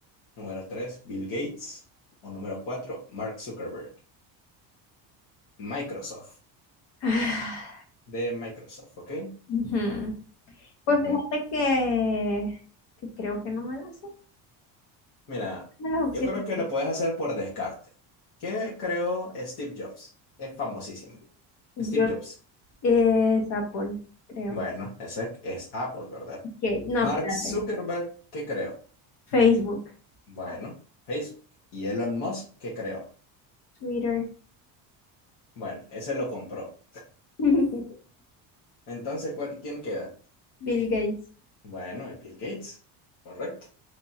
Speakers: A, on the left; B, on the left.
A: Número tres, Bill Gates. O número cuatro, Mark Zuckerberg. Microsoft,
B: <sighs> Ah,
A: de Microsoft, ¿ok?
B: ujú. Pues
A: Ujú.
B: fíjate que, que creo que no me las sé.
A: Mira,
B: Dame las opciones.
A: yo creo que lo puedes hacer por descarte. ¿Qué creó Steve Jobs? Es famosísimo.
B: Yo
A: Steve Jobs.
B: es Apple, creo.
A: Bueno, ese es Apple, ¿verdad?
B: Que, no,
A: Mark
B: espérate.
A: Zuckerberg, ¿qué creó?
B: Facebook,
A: Bueno, Facebook. ¿Y Elon Musk, qué creó?
B: Twitter,
A: Bueno, ese lo compró.
B: <laughs>
A: Entonces, ¿cuál, quién queda?
B: Bill Gates.
A: Bueno, Bill Gates. Correcto.